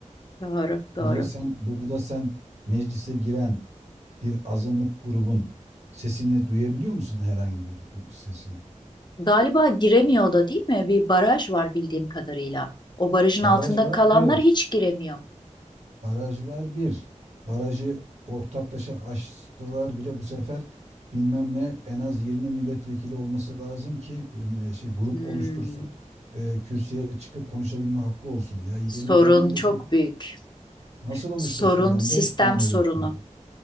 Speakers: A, on the left; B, on the right.
A: Doğru, doğru.
B: Burada sen, burada sen meclise giren bir azınlık grubun sesini duyabiliyor musun herhangi bir sesini?
A: galiba giremiyor da değil mi? Bir baraj var bildiğim kadarıyla. O barajın
B: Baraj
A: altında
B: var
A: kalanlar
B: bir.
A: hiç giremiyor.
B: Baraj var bir. Barajı ortaklaşa açtılar bile bu sefer bilmem ne en az 20 milletvekili olması lazım ki e, şey grup
A: Hmm,
B: oluştursun. e, kürsüye çıkıp konuşabilme hakkı olsun. Ya 20
A: sorun
B: tane milletvekili
A: çok büyük.
B: nasıl oluştursun
A: sorun
B: adam?
A: sistem
B: beş tane
A: sorunu.
B: oluşturuyor.